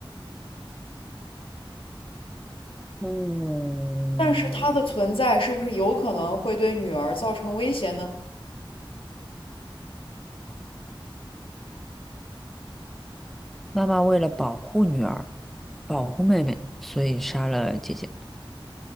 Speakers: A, in the centre; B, on the left (about 75°).
A: 嗯，
B: 但是它的存在是不是有可能会对女儿造成威胁呢？
A: 妈妈为了保护女儿，保护妹妹，所以杀了姐姐。